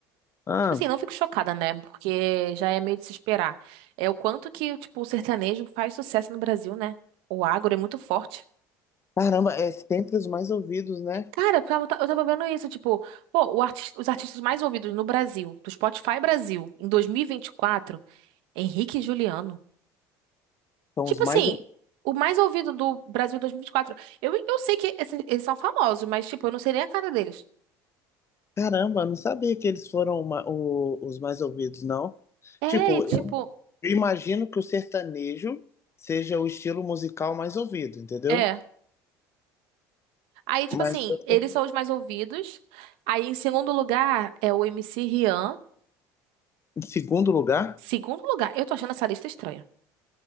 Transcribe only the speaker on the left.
Ah,
caramba, é sempre os mais ouvidos, né?
São
os mais.
Caramba, eu não sabia que eles foram ma- o- os mais ouvidos, não.
Tipo,
eu imagino que o sertanejo seja o estilo musical mais ouvido, entendeu?
Mas
eu
tô
em segundo lugar.